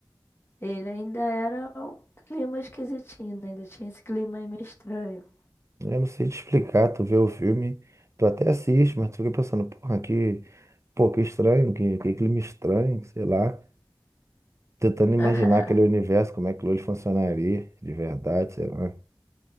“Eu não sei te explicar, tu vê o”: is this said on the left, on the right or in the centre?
Right